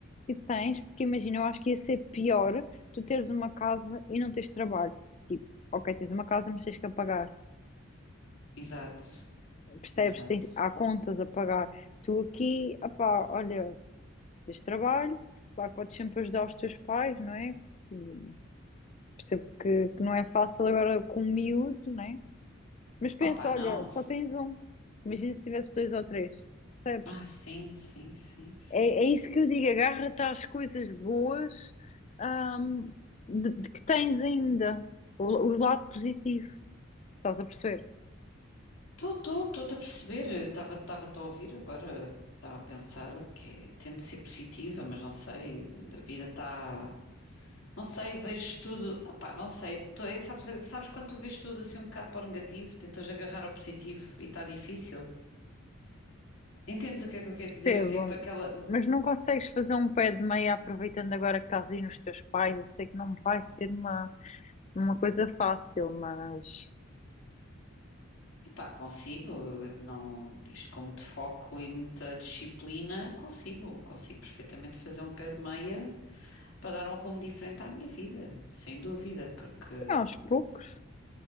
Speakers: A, on the left; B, on the left.
A: que tens, porque imagina, eu acho que ia ser pior tu teres uma casa e não tens trabalho. Tipo, ok, tens uma casa, mas tens que a pagar,
B: Exato,
A: percebes?
B: exato.
A: Tens, há contas a pagar. Tu aqui, opá, olha, tens trabalho, claro que podes sempre ajudar os teus pais, não é? Hum, Percebo que, que não é fácil agora com o miúdo, não é? Mas pensa,
B: Opa, não.
A: olha, só tens um. Imagina se tivesse dois ou três, percebes?
B: Ah, sim, sim, sim, sim.
A: É, é isso que eu digo, agarra-te às coisas boas, ahm, de, de que tens ainda, o, o lado positivo, estás a perceber?
B: Estou-te a perceber, estava estava-te a ouvir agora, estava a pensar que tento ser positiva, mas não sei, a vida está. Não sei, vejo tudo. Não, pá, não sei. Tô, é, sabes, sabes quando tu vês tudo assim um bocado para o negativo, tentas agarrar ao positivo e está difícil? Entendes o que é que eu quero dizer?
A: Percebo,
B: Tipo aquela.
A: mas não consegues fazer um pé de meia aproveitando agora que estás aí nos teus pais. Eu sei que não vai ser uma, uma coisa fácil, mas
B: Epá, consigo, não, isto com muito foco e muita disciplina, consigo, consigo perfeitamente fazer um pé de meia para dar um rumo diferente à minha vida, sem dúvida, porque.
A: é, aos poucos.